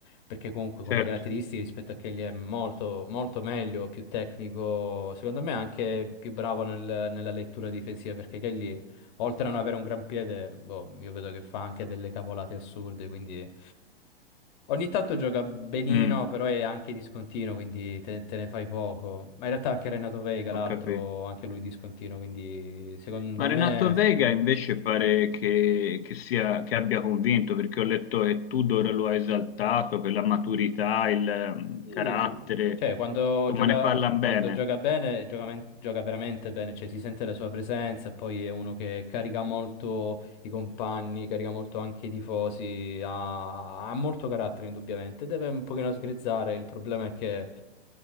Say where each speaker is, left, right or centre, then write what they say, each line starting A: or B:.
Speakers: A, on the left; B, on the left.
A: perché comunque come
B: certo.
A: caratteristiche rispetto a Kelly è molto, molto meglio, più tecnico, secondo me anche più bravo nel- nella lettura difensiva, perché Kelly, oltre a non avere un gran piede, boh, io vedo che fa anche delle cavolate assurde, quindi... Ogni tanto gioca benino,
B: Mm,
A: però è anche discontinuo, quindi te, te ne fai poco. Ma in realtà anche Renato Vega,
B: ho
A: l'altro,
B: capito.
A: anche lui discontinuo, quindi secondo
B: Ma
A: me
B: Renato Vega invece pare che, che sia, che abbia convinto, perché ho letto che Tudor lo ha esaltato per la maturità, il ehm,
A: Sì,
B: carattere,
A: Cioè, quando
B: insomma
A: gioca,
B: ne parlano
A: quando
B: bene.
A: gioca bene, gioca, men- gioca veramente bene, cioè si sente la sua presenza, poi è uno che carica molto i compagni, carica molto anche i tifosi, ha, ha molto carattere indubbiamente, deve un pochino sgrezzare, il problema è che